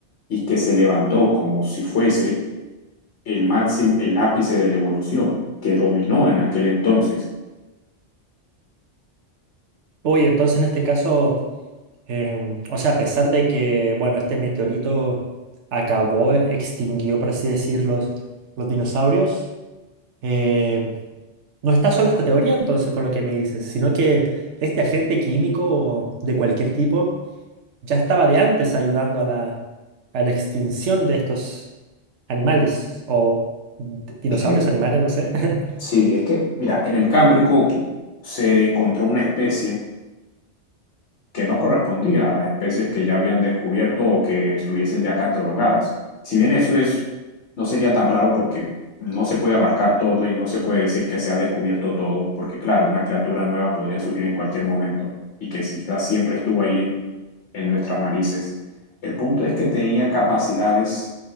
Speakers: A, on the left (about 75°); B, on the right (about 75°).
A: y que se levantó como si fuese el máximo, el ápice de la evolución que dominó en aquel entonces.
B: Uy, entonces en este caso... Em, o sea, a pesar de que, bueno, este meteorito acabó, eh, extinguió, por así decirlo, los, los dinosaurios, em, no está sola esta teoría entonces con lo que me dices, sino que este agente químico de cualquier tipo ya estaba de antes ayudando a la, a la extinción de estos animales o d- dinosaurios,
A: Es que,
B: animales, no sé. <laughs>
A: sí, es que, mira, en el Cámbrico se encontró una especie que no correspondía a las especies que ya habían descubierto o que estuviesen ya catalogadas. Si bien eso es, no sería tan raro porque no se puede abarcar todo y no se puede decir que se ha descubierto todo, porque claro, una criatura nueva podría surgir en cualquier momento y que quizás siempre estuvo ahí en nuestras narices. El punto es que tenía capacidades